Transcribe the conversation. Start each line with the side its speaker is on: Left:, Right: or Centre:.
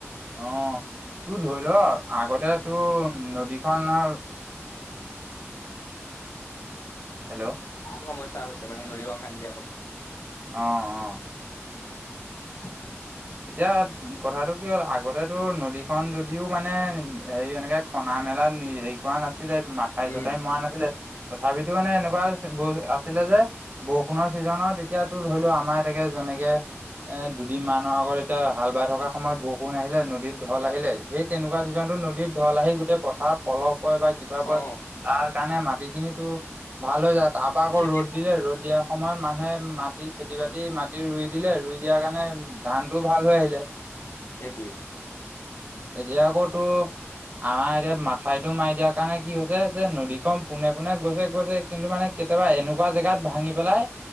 Right: অহ, তোৰ ধৰি ল আগতে তোৰ নদীখন হেল্ল'
Left: বহুত সমস্যা হৈছে মানে নদী খন খান্দি দিয়াৰ ফলত
Right: অ', অ'।
Left: <inaudible>
Right: এতিয়া কথাটো কি হ'ল আগতে তোৰ নদী খন যদিও মানে হেৰি এনেকে খনা মেলা হেৰি কৰা নাছিলে, মাথাই
Left: উম
Right: চাথাই মৰা নাছিলে তথাপিতো মানে এনেকুৱা আছিলে যে বৰষুণৰ ছিজনত এতিয়া তোৰ ধৰি ল আমাৰ <unintelligible> এনেকে এ দুদিন মান আগৰ এতিয়া হাল বাই থকা সময়ত বৰষুণ আহিলে নদীতঢল আহিলে সেই তেনেকুৱা ছিজনতো নদত ঢল আহি গৈ- গোতে পথাৰত পলহ, হয় বা কিবা পয়
Left: অ
Right: তাৰ কাৰণে মাটি খিনি ভাল হৈ যায়। তাৰ পৰা আকৌ
Left: খেতি
Right: ৰ'দ দিলে ৰ'দ, দিয়া সময়ত মানুহে মাটি খেতি, বাতি মাটি, ৰুই দিলে। ৰুই দিয়া কাৰণে উ- ভাল হৈ আহিলে
Left: সেইটোৱেই-
Right: এতিয়া আকৌতো আমাৰ এতিয়া মাথাইতটো মাৰি দিয়াৰ কাৰণে কি হৈছে। যে নদীখন, পোনে পোনে গৈছে গৈছে কিন্তু মানে- কেতিয়াবা এনেকুৱা জেগাত ভাঙি পেলাই।